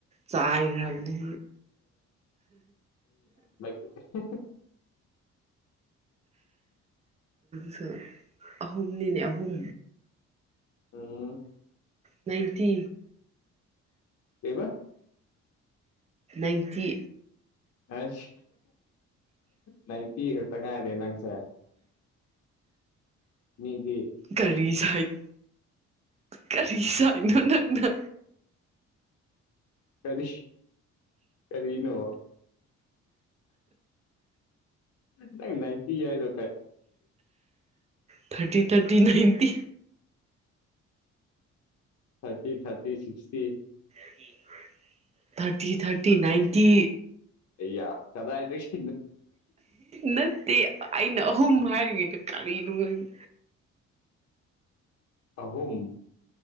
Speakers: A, on the right; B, on the left.
A: ꯆꯥꯏꯈ꯭ꯔꯕꯅꯤ
B: ꯎꯝ
A: ꯁꯨ ꯑꯍꯨꯝꯅꯤꯅꯦ ꯑꯍꯨꯝ
B: ꯎꯝ
A: ꯅꯥꯏꯟꯇꯤ
B: ꯀ
A: ꯏꯟꯇꯤ
B: ꯑꯁ ꯅꯪ ꯄꯤ ꯈꯛꯇ ꯉꯥꯏꯔꯦ ꯅꯪꯁꯦ ꯃꯤꯗꯤ
A: ꯀꯔꯤ ꯁꯥꯏꯠ ꯀꯔꯤ ꯁꯥꯏꯠꯅꯣ ꯅꯪꯅ
B: ꯀꯔꯤ ꯀꯔꯤꯅ ꯅꯇ ꯌꯥꯗ
A: thirty thirty ninety
B: thirty thirty sixty
A: um thirty thirty ninety
B: ꯑꯌꯥ ꯀꯗꯥ ꯏꯗꯤ
A: ꯅꯠꯇꯦ ꯑꯩꯅ ꯑꯍꯨꯝ ꯍꯥꯏꯔꯤꯉꯩꯗ ꯀꯔꯤꯅꯣ ꯍꯥꯏꯅꯣ
B: ꯑꯍꯨꯝ